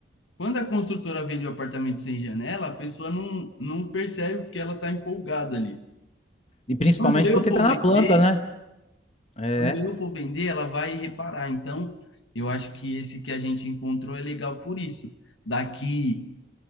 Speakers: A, on the left; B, on the left.
A: Quando a construtora vende o apartamento sem janela, a pessoa não, não percebe porque ela está empolgada ali.
B: E principalmente
A: Quando eu
B: porque
A: for
B: tá na
A: vender,
B: planta, né? É,
A: quando eu for vender, ela vai reparar. Então, eu acho que esse que a gente encontrou é legal por isso. Daqui